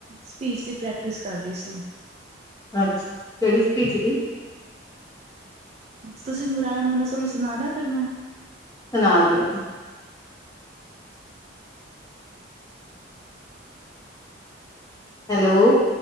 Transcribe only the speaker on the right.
ਸਪੀਚ ਦੀ ਪ੍ਰੈਕਟਿਸ ਕਰ ਰਹੀ ਸੀ।
ਤੁਸੀਂ ਬੁਰਾ ਨਾ ਮੰਨੋ ਤੁਹਾਨੂੰ ਸੁਣਾਦਾ ਫਿਰ ਮੈਂ?